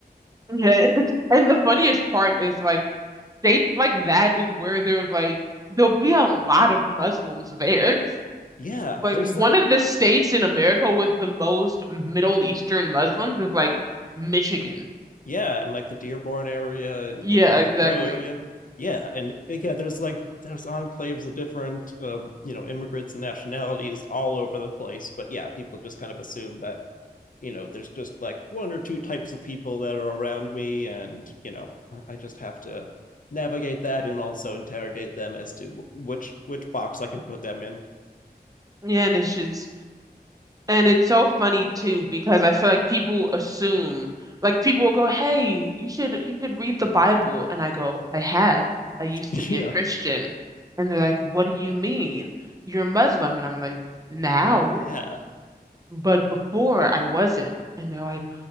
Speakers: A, on the right; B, on the left.
A: Yeah. <laughs> And the funniest part is like states like that is where there's like there'll be a lot of Muslims there. <laughs>
B: yeah
A: Like
B: there's
A: one
B: like
A: of the states in America with the most Middle Eastern Muslims is like Michigan.
B: Yeah, and like the Dearborn area and
A: Yeah,
B: the Detroit
A: exactly.
B: area. Yeah, and yeah, there's like there's enclaves of different um, you know, immigrants and nationalities all over the place. But yeah, people just kind of assume that, you know, there's just like one or two types of people that are around me and, you know, I, I just have to navigate that and also interrogate them as to wh- which which box I can put them in.
A: Yeah, and it's just and it's so funny too because I feel like people assume like people will go, "Hey, you should you could read the Bible." And I go, "I have. I used
B: <laughs>
A: to be
B: Yeah.
A: a Christian." And they're like, "What do you mean? You're Muslim." And I'm like, "Now."
B: Yeah.
A: But before I wasn't. And they're like,